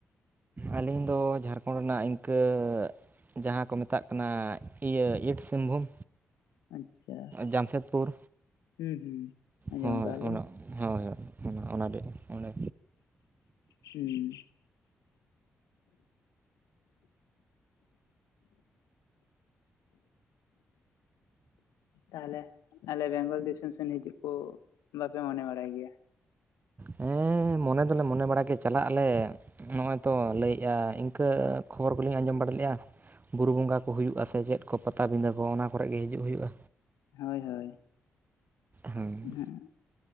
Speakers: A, on the right (about 30°); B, on the left (about 80°).
A: ᱟᱹᱞᱤᱧ ᱫᱚ ᱡᱷᱟᱲᱠᱷᱚᱸᱰ ᱨᱮᱱᱟᱜ ᱤᱱᱠᱟᱹ ᱡᱟᱦᱟᱸ ᱠᱚ ᱢᱮᱛᱟᱜ ᱠᱟᱱᱟ ᱤᱭᱟᱹ ᱤᱥᱴ ᱥᱤᱝᱵᱷᱩᱢ
B: ᱟᱪᱪᱷᱟ
A: ᱡᱟᱢᱥᱮᱫᱽᱯᱩᱨ
B: ᱦᱩᱸ ᱦᱩᱸ᱾ ᱟᱸᱡᱚᱢ
A: ᱦᱳᱭ
B: ᱠᱟᱜᱼᱟ ᱞᱤᱧ
A: ᱟᱢᱟᱜ ᱦᱮᱸ ᱦᱳᱭᱳᱜ ᱚᱱᱟ ᱚᱱᱟ ᱫᱚ ᱚᱸᱰᱮ
B: ᱦᱩᱸ᱾ ᱛᱟᱦᱚᱞᱮ ᱟᱞᱮ ᱵᱮᱝᱜᱚᱞ ᱫᱤᱥᱚᱢ ᱥᱮᱱ ᱦᱤᱡᱩᱜ ᱠᱚ ᱵᱟᱯᱮ ᱢᱚᱱᱮ ᱵᱟᱲᱟᱭ ᱜᱮᱭᱟ᱾
A: ᱦᱮᱸ ᱢᱚᱱᱮ ᱫᱚᱞᱮ ᱢᱚᱱᱮ ᱵᱟᱲ ᱜᱮ ᱪᱟᱞᱟᱜ ᱟᱞᱮ᱾ ᱱᱚᱜᱼᱚᱸᱭ ᱛᱚ ᱞᱟᱹᱭᱮᱫᱼᱟ ᱤᱱᱠᱟᱹ ᱠᱷᱚᱵᱚᱨ ᱠᱚᱞᱤᱧ ᱟᱸᱡᱚᱢ ᱵᱟᱲᱟ ᱞᱮᱫᱼᱟ᱾ ᱵᱩᱨᱩ ᱵᱚᱸᱜᱟ ᱠᱚ ᱦᱩᱭᱩᱜᱼᱟ ᱥᱮ ᱪᱮᱫ ᱠᱚ ᱯᱟᱛᱟᱵᱤᱸᱫᱟᱹ ᱠᱚ ᱚᱱᱟ ᱠᱚᱨᱮᱜ ᱜᱮ ᱦᱤᱡᱩᱜ ᱦᱩᱭᱩᱜᱼᱟ᱾
B: ᱦᱳᱭ ᱦᱳᱭ᱾
A: ᱦᱮᱸ
B: ᱦᱩᱸ